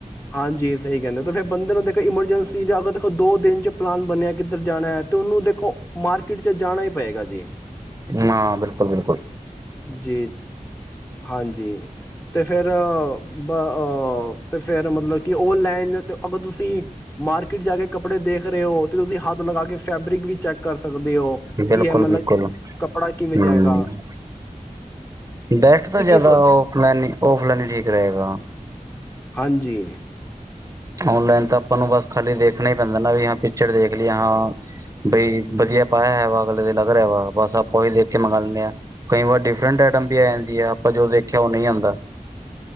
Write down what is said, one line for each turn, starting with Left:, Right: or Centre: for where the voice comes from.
Left: ਹਾਂਜੀ, ਸਹੀ ਕਹਿੰਦੇ ਤਾਂ ਫੇਰ ਬੰਦੇ ਨੂੰ ਦੇਖੋ ਇਮਰਜੈਂਸੀ ਜਾਂ ਤਾਂ ਦੇਖੋ ਦੋ ਦਿਨ ਚ ਪਲਾਨ ਬਣਿਆ ਕਿੱਧਰ ਜਾਣਾ ਹੈ, ਤੇ ਉਹਨੂੰ ਦੇਖੋ ਮਾਰਕੀਟ ਚ ਜਾਣਾ ਹੀ ਪਏਗਾ ਜੀ।
Right: ਹਾਂ ਬਿਲਕੁਲ-ਬਿਲਕੁਲ।
Left: ਜੀ, ਹਾਂਜੀ ਤੇ ਫੇਰ ਬਹ ਉਹ ਤੇ ਫੇਰ ਮਤਲਬ ਕਿ ਓਨਲਾਈਨ ਅਗਰ ਤੁਸੀਂ ਮਾਰਕੀਟ ਜਾ ਕੇ, ਕੱਪੜੇ ਦੇਖ ਕਰਿਓ, ਤੇ ਤੁਸੀਂ ਹੱਥ ਲਗਾ ਕੇ ਫੈਬਰਿਕ ਵੀ ਚੈੱਕ ਕਰ ਸ ਸਕਦੇ ਹੋ
Right: ਬਿਲਕੁਲ
Left: ਕੀ, ਏਹ ਮਲਬ
Right: ਬਿਲਕੁਲ
Left: ਕੱਪੜਾ ਕਿਵੇਂ
Right: ਹੂੰ
Left: ਜਾ ਹੈਗਾ?
Right: ਬੈਸਟ ਤਾਂ ਜਿਆਦਾ
Left: ਸੋਚ
Right: ਔਫਲਾਈਨ ਹੀ, ਔਫਲਾਈਨ ਹੀ ਠੀਕ ਰਹੇਗਾ।
Left: ਹਾਂਜੀ।
Right: ਓਨਲਾਈਨ ਤਾਂ ਆਪਾਂ ਨੂੰ ਬਸ ਖਾਲੀ ਦੇਖਣਾ ਹੀ ਪੈਂਦਾ ਨਾ, ਵੀ ਹਾਂ ਪਿਕਚਰ ਦੇਖ ਲਈ ਹਾਂ, ਬਈ ਵਧੀਆ ਪਾਇਆ ਹੈ ਵਾ ਅਗਲੇ ਦੇ ਲੱਗ ਰਿਹਾ ਵਾ, ਬਸ ਆਪਾਂ ਉਹੀ ਦੇਖ ਕੇ ਮੰਗਾ ਲੈਂਣੇ ਹਾਂ, ਕਈ ਵਾਰ ਡਿਫਰੈਂਟ ਆਈਟਮ ਬੀ ਆ ਜਾਂਦੀ ਆ, ਆਪਾਂ ਜੋ ਦੇਖਿਆ ਉਹ ਨਹੀਂ ਆਉਂਦਾ।